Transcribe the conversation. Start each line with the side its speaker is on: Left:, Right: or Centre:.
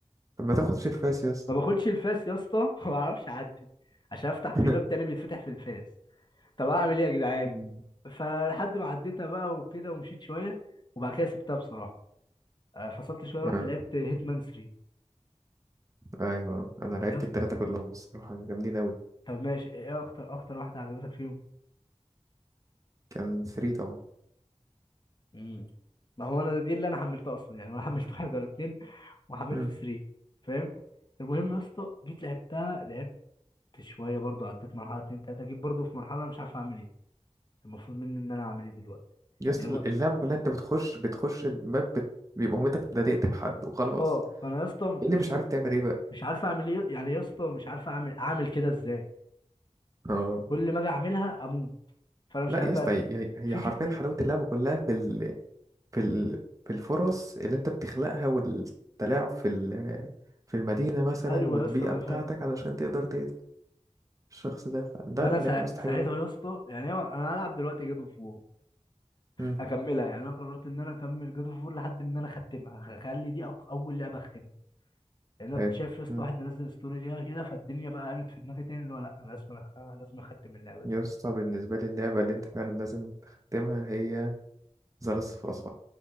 Right: طب ما تاخد في الفاس يا اسطى
Left: ما باخدش الفاس يا اسطى <laughs> ما بعرفش اعدي عشان افتح
Right: <laughs>
Left: في باب تاني بيتفتح في الفاس طب اعمل ايه يا جدعان
Right: مم.
Left: فلحد ما عديتها بقى وكده ومشيت شويه وبعد كده سبتها بصراحه آه، فصلت شويه رحت
Right: آه.
Left: لعبت هيتمان 3
Right: ايوه انا لعبت
Left: يا اسطى
Right: التلاتة كلهم الصراحة جامدين قوي
Left: طب ماشي ايه اكتر اكتر واحده عجبتك فيهم
Right: كان 3 طبعا
Left: امم ما هو انا دي اللي انا حملتها اصلا يعني انا حملت <laughs> واحد ولا اتنين وحملت
Right: مم.
Left: 3 فاهم المهم يا اسطى جيت لعبتها لعبت شويه برضو عديت مرحله اتنين تلاته جيت برضو في مرحله مش عارف اعمل ايه المفروض مني ان انا اعمل ايه دلوقتي
Right: يس
Left: يعني ما-
Right: اللعبة كلها انت بتخش بتخش الماب بت... بيبقى مهمتك ده تقتل حد وخلاص
Left: اه فانا يا اسطى
Right: إيه اللي
Left: مش
Right: مش
Left: ع-
Right: عارف تعمل ايه بقى
Left: مش عارف اعمل ايه يعني يا اسطى مش عارف اعمل اعمل كده ازاي
Right: اه
Left: كل ما اجي اعملها اموت فانا مش
Right: لا
Left: عارف
Right: يا
Left: بقى
Right: اسطى
Left: في
Right: هي هي
Left: في
Right: حرفيا
Left: تكنيك
Right: حلاوة اللعبة كلها في ال... في ال... في الفرص اللي انت بتخلقها والتلاعب في ال... في المدينة مثلا
Left: ايوه
Right: والبيئة
Left: يا اسطى ما انا
Right: بتاعتك
Left: فاهم
Right: علشان تقدر تقتل الشخص ده فده
Left: ما انا
Right: لعبة
Left: سا...
Right: يا اسطى
Left: ساعتها
Right: حلوة أوي
Left: يا اسطى يعني هو- انا هلعب دلوقتي جاد اوف وور
Right: مم.
Left: اكملها يعني انا قررت ان انا اكمل جاد اوف وور لحد ما انا اختمها هخلي دي أق... اول لعبه اختمها لان انا
Right: حلو
Left: كنت شايف يا اسطى
Right: مم.
Left: واحد منزل ستوري ليها كده فالدنيا بقى قامت في دماغي تاني اللي هو لا انا لازم أخ... لازم اختم اللعبه دي
Right: يا اسطى بالنسبة لي اللعبة اللي انت فعلا لازم تختمها هي ذا لاست اوف اس